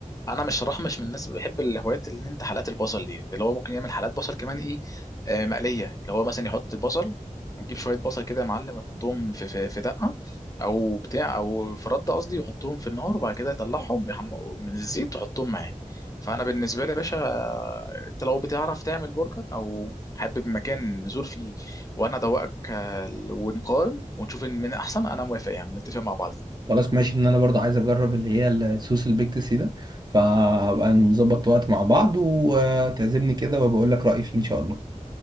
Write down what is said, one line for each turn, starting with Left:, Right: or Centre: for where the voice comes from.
Left: انا مش صراحه مش من الناس اللي بحب الهوايات اللي انت حلقات البصل دي اللي هو ممكن يعمل حلقات بصل كمان ايه آه مقليه اللي هو مثلا يحط البصل ويجيب شويه بصل كده يا معلم يحطهم في في, في دقه او بتاع او في رده قصدي يحطهم في النار وبعد كده يطلعهم يحمقوا من الزيت ويحطهم معاه فانا بالنسبه لي يا باشا آه، انت لو بتعرف تعمل برجر او حابب مكان نزور فيه وانا ادوقك آه، ونقارن ونشوف ان من احسن انا موافق يعني نتفق مع بعضين
Right: خلاص ماشي ان انا برضه عايز اجرب اللي هي السوس البيكتسي ده فهبقى نظبط وقت مع بعض وتعزمني كده وبقول لك رأيي فيه ان شاء الله